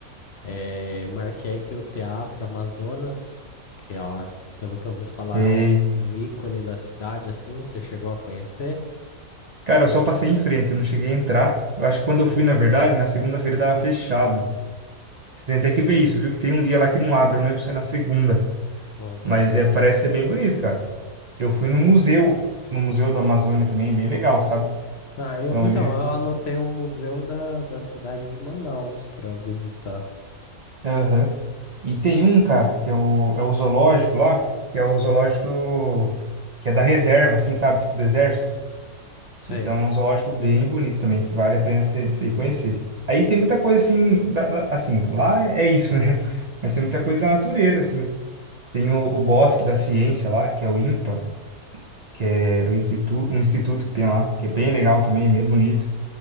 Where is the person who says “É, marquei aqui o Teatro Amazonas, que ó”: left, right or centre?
Left